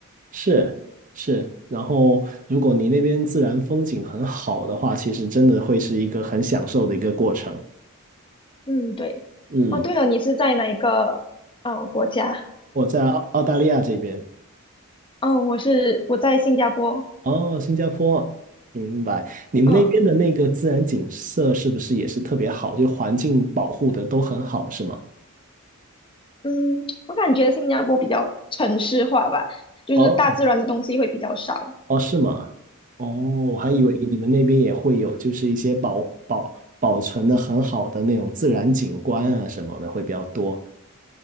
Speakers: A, on the right; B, on the left.
A: 是是，
B: 嗯
A: 然后如果你那边自然风景很好的话，其实真的会是一个很享受的一个过程。
B: 嗯对。
A: 嗯，
B: 哦对了，你是在哪一个呃国家？
A: 我在澳澳大利亚这边，
B: 嗯，我是我在新加坡。
A: 哦，新加坡，明白。你们那边的那个自然景色是不是也是特别好？
B: 嗯。
A: 就环境保护的都很好，是吗？
B: 嗯，我感觉新加坡比较城市化吧，就是大自然的东西会比较少。
A: 哦哦，是吗？哦，我还以为你们那边也会有，
B: 嗯
A: 就是一些保保保存的很好的那种自然景观啊什么的会比较多。